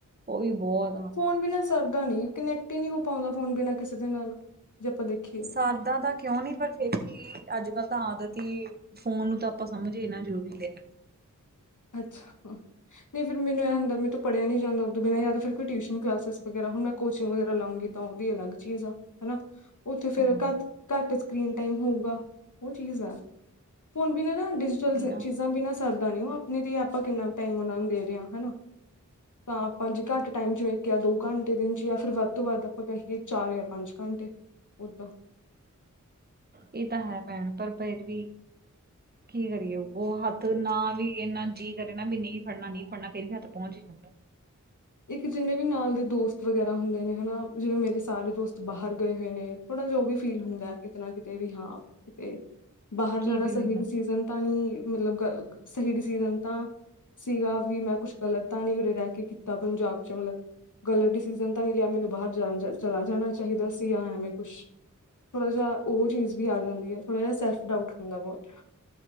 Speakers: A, on the right; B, on the left.
A: ਉਹ ਵੀ ਬਹੁਤ ਆ।
B: ਫੋਨ ਬਿਨਾਂ ਸਰਦਾ ਨੀ ਕਨੈਕਟ ਹੀ ਨਹੀਂ ਹੋ ਪਾਉਂਦਾ ਫੋਨ ਬਿਨਾਂ ਕਿਸੇ ਦੇ ਨਾਲ ਜੇ ਆਪਾਂ ਦੇਖੀਏ।
A: ਸਰਦਾ ਤਾਂ ਕਿਉਂ ਨੀ ਪਰ ਫੇਰ ਵੀ ਅੱਜ ਕੱਲ ਤਾਂ ਆਦਤ ਹੀ। ਫ਼ੋਨ ਨੂੰ ਤਾਂ ਆਪਾਂ, ਸਮਝ ਹੀ ਨਾ ਜ਼ਰੂਰੀ ਲਿਆ।
B: ਅੱਛਾ, ਹਾਂ। ਨਹੀਂ, ਫਿਰ ਮੈਨੂੰ ਇਹ ਹੁੰਦਾ ਵੀ, ਮੈਂਥੋਂ ਪੜਿਆ ਨਹੀਂ ਜਾਂਦਾ ਉਹਦੇ ਬਿਨਾਂ ਜਾਂ ਫਿਰ ਕੋਈ ਟਿਊਸ਼ਨ ਕਲਾਸਿਸ ਵਗੈਰਾ ਹੁਣ ਮੈਂ ਕੋਚਿੰਗ ਲਊਂਗੀ। ਤਾਂ, ਉਹਦੀ ਅਲੱਗ ਚੀਜ਼ ਆ ਹਨਾ। ਉੱਥੇ ਫੇਰ
A: ਹਾਂ
B: ਘੱਟ, ਘੱਟ ਸਕਰੀਨ ਟਾਈਮ ਹੋਊਗਾ, ਉਹ ਚੀਜ਼ ਆ। ਹੁਣ ਬਿਨਾਂ ਨਾ,
A: ਉਹੀ
B: ਡਿਜੀਟਲ
A: ਨਾ
B: ਚੀਜ਼ਾਂ ਬਿਨਾਂ ਸਰਦਾ ਨੀ ਉਹ ਨਹੀਂ ਦੀ, ਆਪਾਂ ਕਿੰਨਾ ਕੁ ਟਾਈਮ ਉਹਨਾਂ ਨੂੰ ਦੇ ਰਹੇ ਹਾਂ, ਹਨਾ। ਤਾਂ, ਆਪਾਂ ਜੇ ਘੱਟ ਟਾਈਮ 'ਚ ਵੇਖਿਆ ਦੋ ਘੰਟੇ ਦੇ ਵਿੱਚ ਜਾਂ ਫਿਰ ਵੱਧ ਤੋਂ ਵੱਧ ਆਪਾਂ ਕਹੀਏ ਚਾਰ ਜਾਂ ਪੰਜ ਘੰਟੇ, ਓਦਾਂ
A: ਇਹ ਤਾਂ ਹੈ ਭੈਣ, ਪਰ ਫੇਰ ਵੀ
B: ਹੂੰ। <inaudible>
A: ਕੀ ਕਰੀਏ, ਉਹ ਹੱਥ ਨਾ ਵੀ ਇੰਨਾ ਜੀਅ ਕਰੇ ਨਾ ਵੀ ਨਹੀਂ ਫੜਨਾ, ਨਹੀਂ ਫੜਨਾ ਫੇਰ ਵੀ ਹੱਥ ਪਹੁੰਚ ਹੀ ਜਾਂਦਾ ਹੈ।
B: ਇੱਕ ਜਿੰਨੇ ਵੀ ਨਾਲ ਦੇ ਦੋਸਤ ਵਗੈਰਾ ਹੁੰਦੇ ਨੇ ਹਨਾ, ਜਿਵੇਂ ਮੇਰੇ ਸਾਰੇ ਦੋਸਤ ਬਾਹਰ ਗਏ ਹੋਏ ਨੇ ਥੋੜਾ ਜਾਂ ਉਹ ਵੀ ਫੀਲ ਹੁੰਦਾ, ਕਿਤੇ ਨਾ ਕਿਤੇ ਵੀ ਹਾਂ ਕਿਤੇ, ਬਾਹਰ
A: ਕੀ
B: ਜਾਣਾ
A: ਪੀ ਲੈਂਦਾ
B: ਸਹੀ ਡਿਸੀਜ਼ਨ ਤਾਂ ਨਹੀਂ, ਮਤਲਬ ਸਹੀ ਡਿਸੀਜ਼ਨ ਤਾਂ ਸੀਗਾ, ਵੀ ਮੈਂ ਕੁਛ ਗਲਤ ਤਾਂ ਨੀ ਉਰੇ ਰਹਿ ਕੇ ਕੀਤਾ, ਪੰਜਾਬ ਚ ਮਤਲਬ ਗਲਤ ਡਿਸੀਜ਼ਨ ਤਾਂ ਨਹੀਂ ਲਿਆ ਮੈਨੂੰ ਬਾਹਰ ਜਾ, ਚਲਾ ਜਾਣਾ ਚਾਹੀਦਾ ਸੀ ਜਾਂ ਐਵੇਂ ਕੁਛ ਥੋੜਾ ਜਿਹਾ, ਉਹ ਚੀਜ਼ ਵੀ ਆ ਜਾਂਦੀ ਹੈ, ਥੋੜਾ ਜਿਹਾ ਸੈਲਫ ਡਾਊਟ ਹੁੰਦਾ ਬਹੁਤ।